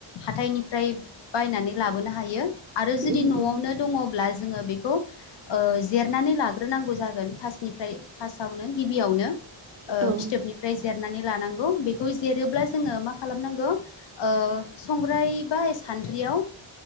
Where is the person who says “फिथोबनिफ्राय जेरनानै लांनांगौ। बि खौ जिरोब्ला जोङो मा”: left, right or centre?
Left